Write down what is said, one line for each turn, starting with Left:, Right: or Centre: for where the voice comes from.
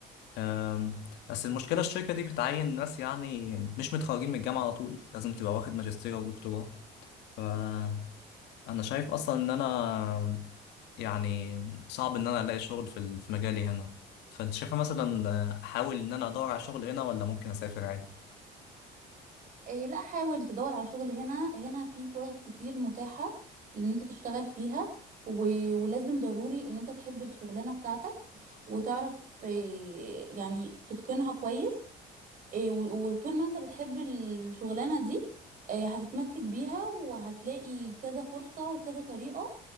Left: أم، بس المشكلة الشركة دي بتعين ناس يعني مش متخرجين من الجامعة على طول لازم تبقى واخد ماجستير أو دكتوراه فأنا شايف أصلا إن أنا يعني صعب إن أنا ألاقي شغل في ال- في مجالي هنا فأنت شايفة مثلا آه، أحاول إن أنا أدور على شغل هنا ولا ممكن أسافر عادي؟
Right: إيه لا حاول تدور على شغل هنا هنا في فرص كتير متاحة لان انت تشتغل فيها و... ولازم ضروري ان انت تحب الشغلانة بتاعتك وتعرف إيه يعني تتقنها كويس إيه و... وطول ما انت بتحب الشغلانة دي إيه هتتمسك بيها وهتلاقي كذا فرصة وكذا طريقة